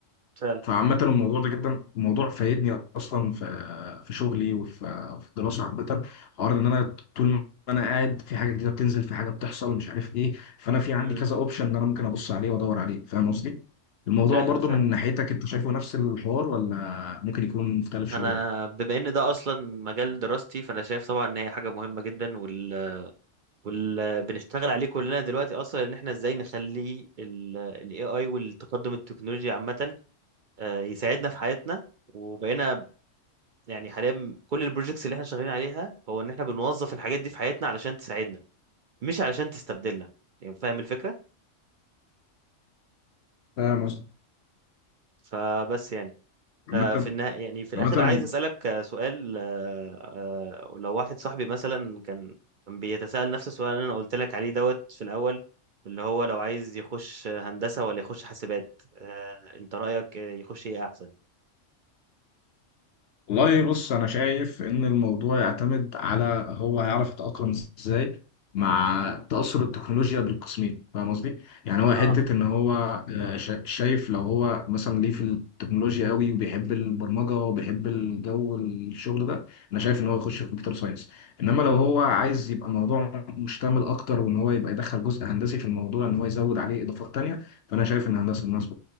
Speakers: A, on the right; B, on the left.
A: فعلا
B: فعامة الموضوع ده جدا الموضوع فايدني اصلا في في شغلي وفي في الدراسه عامة حوار ان انا طول ما انا قاعد في حاجه جديده بتنزل في حاجه بتحصل مش عارف ايه فانا في عندي
A: مم.
B: كذا اوبشن ان انا ممكن ابص عليه وادور عليه فاهم قصدي؟ الموضوع
A: فاهم
B: برضو
A: فعلا
B: من ناحيتك انت شايفه نفس الحوار ولا ممكن يكون مختلف شويه؟
A: انا بما ان ده اصلا مجال دراستي فانا شايف طبعا ان هي حاجة مهمة جدا وال... وال... بنشتغل عليه كلنا دلوقتي اصلا ان احنا ازاي نخلي ال... ال AI والتقدم التكنولوجي عامة آه، يساعدنا في حياتنا وبقينا يعني حاليا كل البروجكتس اللي احنا شغالين عليها هو ان احنا بنوظف الحاجات دي في حياتنا علشان تساعدنا مش علشان تستبدلنا يعني فاهم الفكرة
B: فاهم قصدي؟
A: فبس يعني
B: عامة
A: آه، في النهاية يعني في الاخر
B: عامة
A: عايز اسالك آه، سؤال آه، آه، لو واحد صاحبي مثلا كان كان بيتساءل نفس السؤال اللي انا قلت لك عليه دوت في الاول اللي هو لو عايز يخش هندسة ولا يخش حاسبات آه، انت رأيك آه، يخش ايه احسن
B: والله بص انا شايف ان الموضوع يعتمد على هو هيعرف يتاقلم ازاي مع
A: مم.
B: تاثر التكنولوجيا بالقسمين فاهم قصدي يعني هو حته
A: اه
B: ان هو آه، شا- شايف لو هو مثلا ليه في التكنولوجيا قوي وبيحب البرمجه وبيحب الجو الشغل ده انا شايف ان هو يخش في كمبيوتر ساينس انما
A: امم
B: لو هو عايز يبقى الموضوع مشتمل اكتر وان هو يبقى يدخل جزء هندسي في الموضوع ان هو يزود عليه اضافات تانيه فانا شايف ان هندسه الناس